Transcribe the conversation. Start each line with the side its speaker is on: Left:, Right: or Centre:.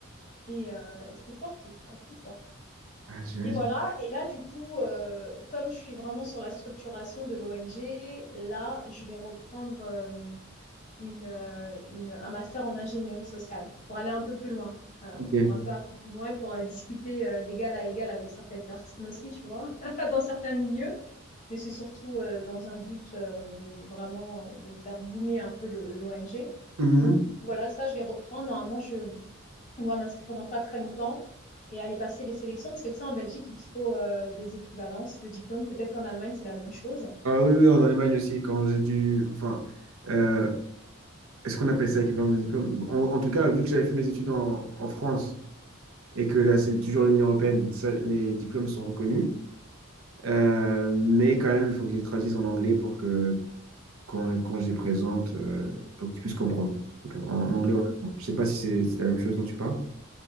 Left: Et, euh, et c'était sportif, quoi, c'était sportif.
Right: Ah, j'imagine.
Left: Et voilà, et là, du coup, euh, comme je suis vraiment sur la structuration de l'ONG, là, je vais reprendre euh, une, euh, une- un master en ingénierie sociale pour aller un peu plus loin. Voilà,
Right: Ok.
Left: pour un peu, un peu plus loin et pour euh, discuter euh, d'égal à égal avec certaines personnes aussi, tu vois, <laughs> dans certains milieux. Mais c'est surtout euh, dans un but euh, de, de vraiment euh, de faire boomer un peu l'ONG.
Right: Mhm.
Left: Donc voilà, ça, je vais reprendre. Normalement, je, je dois m'inscrire dans pas très longtemps et aller passer les sélections parce que tu sais, en Belgique, il te faut euh, des équivalences de diplômes. Peut-être qu'en Allemagne, c'est la même chose.
Right: Ah oui, oui, en Allemagne aussi, quand j'ai dû. Enfin, euh, est-ce qu'on appelle ça équivalence de diplôme? En, en tout cas, vu que j'avais fait mes études en, en France et que là, c'est toujours l'Union européenne, ça, mes diplômes sont reconnus. Euh, mais quand même, il faut que je les traduise en anglais pour que quand, quand je les présente, euh, pour que tu puisses comprendre. Donc, en, en anglais,
Left: Hmm.
Right: ou Je sais pas si c'est c'est la même chose dont tu parles.